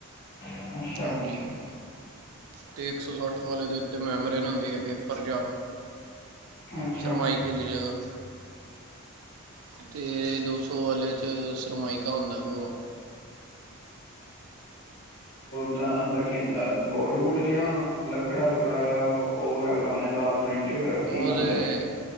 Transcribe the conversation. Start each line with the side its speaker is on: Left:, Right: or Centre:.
Left: ਅੱਛਾ
Right: ਹਾਂਜੀ। ਤੇ ਇੱਕ ਸੌ ਸੱਠ ਵਾਲੇ ਦੇ ਉੱਤੇ ਮੈਮਰੇਨ ਹੁੰਦੀ ਹੈ ਪੇਪਰ ਜਿਹਾ
Left: ਅੱਛਾ
Right: ਸ਼ਰਨਮਾਈਕੇ ਦੀ ਜਗ੍ਹਾ ਤੇ ਦੋ ਸੌ ਵਾਲੇ ਚ ਸਰਮਾਇਕਾ ਹੁੰਦਾ ਪੂਰਾ
Left: ਜਿਹੜਾ ਅੰਦਰ ਖਿਨਦੇ ਬੋਡ ਬੂਡ ਜਾਂ ਲੱਕੜਾ ਲੁੱਕੜਾ ਜਾਂ ਉਹ ਵਗੈਰਾ ਲਾਉਦੇ ਲਾਲ ਮਰੀਨ ਕੀ
Right: ਉਹਦੇ
Left: ਲਾਉਂਦੇ ਨੇ